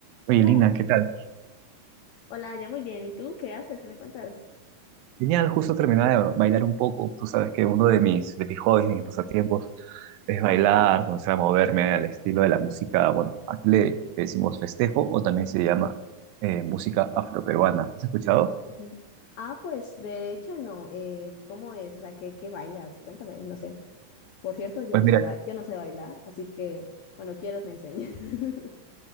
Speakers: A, on the right; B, on the left.
A: Oye,
B: Hola,
A: Lina, ¿qué tal?
B: hola, ya muy bien. ¿Y tú qué haces? ¿Qué me cuentas?
A: Genial, justo terminaba de bailar un poco. Tú sabes que uno de mis, de mis hobbies, de mis pasatiempos, es bailar, comenzar a moverme al estilo de la música. Bueno, aquí le decimos festejo o también se llama eh, música afroperuana. ¿Has escuchado?
B: Ujú. Ah, pues de hecho no. Eh, ¿cómo es? O sea, ¿qué, qué bailas? Cuéntame, no sé. Por cierto, yo
A: Pues
B: no
A: mira,
B: sé, ba- yo no sé bailar, así que cuando quieras me enseñas. <laughs>